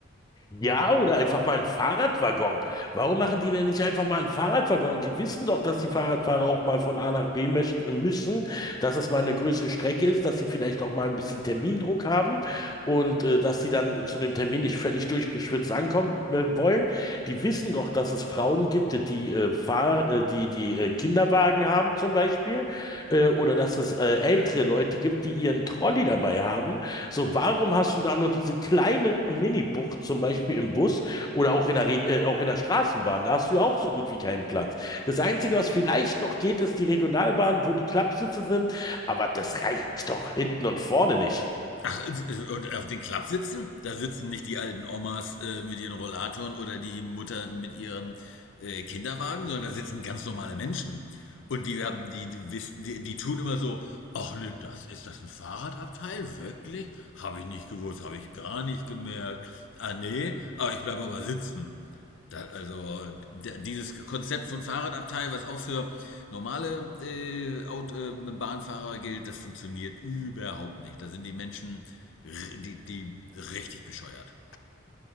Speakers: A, on the left; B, on the left.
A: Ja, oder einfach mal einen Fahrradwaggon. Warum machen die denn nicht einfach mal einen Fahrradwaggon? Die wissen doch, dass die Fahrradfahrer auch mal von A nach B möchten, müssen, dass es mal eine größere Strecke ist, dass sie vielleicht auch mal ein bisschen Termindruck haben und äh, dass sie dann zu dem Termin nicht völlig durchgeschwitzt ankommen äh, wollen. Die wissen doch, dass es Frauen gibt, die äh, Fahr äh, die, die äh, Kinderwagen haben zum Beispiel äh, oder dass es äh, ältere Leute gibt, die ihren Trolley dabei haben so, warum hast du da nur diese kleine Mini-Bucht, zum Beispiel im Bus oder auch in der, Re- äh, auch in der Straßenbahn? Da hast du ja auch so gut wie keinen Platz. Das Einzige, was vielleicht noch geht, ist die Regionalbahn, wo die Klappsitze sind, aber das reicht doch hinten und vorne nicht.
B: Ach, äh, und auf den Klappsitzen? Da sitzen nicht die alten Omas äh, mit ihren Rollatoren oder die Mutter mit ihrem äh, Kinderwagen, sondern da sitzen ganz normale Menschen. Und die haben, die, die wissen- die, die tun immer so, ach ne, das ist das ein Fahrradabteil? Wirklich? Habe ich nicht gewusst, habe ich gar nicht gemerkt. Ah nee, aber ich bleibe aber sitzen. Da, also d- dieses Konzept von Fahrradabteil, was auch für normale äh, Aut äh, Bahnfahrer gilt, das funktioniert überhaupt nicht. Da sind die Menschen, die, die richtig bescheuert.